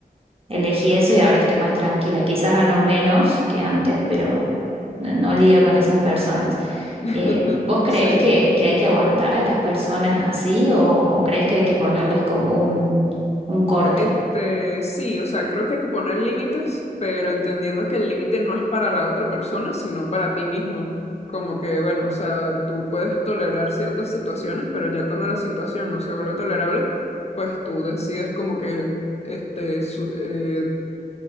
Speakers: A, on the right (about 40°); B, on the left (about 40°).
A: Elegí eso y ahora estoy más tranquila. Quizás gano menos que antes, pero no, no lidio con esas personas.
B: <laughs>
A: Eh, ¿vos creés
B: Sí.
A: que, que hay que aguantar a las personas así o, o creés que hay que ponerles como un, un corte?
B: Este, sí, o sea, creo que hay que poner límites, pero entendiendo que el límite no es para la otra persona, sino para ti mismo. Como que, bueno, o sea, tú puedes tolerar ciertas situaciones, pero ya cuando la situación no se vuelve tolerable, pues tú decides como que, este, su- eh,